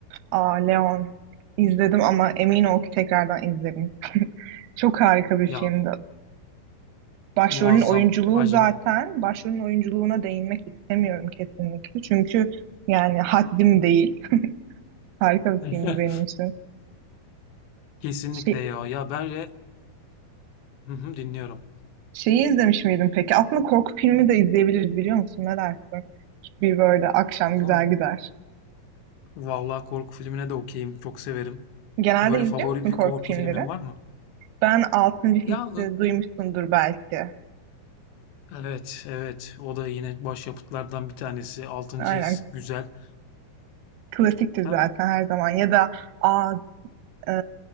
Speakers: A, on the right (about 85°); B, on the left (about 85°).
A: Aa, Leon izledim ama emin ol ki tekrardan izlerim. <laughs> Çok harika bir
B: Ya
A: filmdi. Başrolün
B: muazzam,
A: oyunculuğu
B: acayip.
A: zaten, başrolün oyunculuğuna değinmek istemiyorum kesinlikle. Çünkü yani haddim değil. Harika bir
B: <laughs>
A: filmdi benim için.
B: Kesinlikle
A: Şey,
B: ya. Ya ben re... Hı hı, dinliyorum.
A: Şeyi izlemiş miydin peki? Aslında korku filmi de izleyebiliriz biliyor musun? Ne dersin? Bir böyle akşam
B: Son-
A: güzel gider.
B: Vallahi korku filmine de okeyim. Çok severim.
A: Genelde
B: Böyle
A: izliyor
B: favori
A: musun
B: bir
A: korku
B: korku
A: filmleri?
B: filmin var mı?
A: Ben Altıncı Hissi
B: Ya
A: duymuşsundur belki.
B: e, evet, evet. O da yine başyapıtlardan bir tanesi. Altıncı
A: Aynen.
B: His güzel.
A: Klasiktir
B: Hem
A: zaten her zaman. Ya da Aa, e,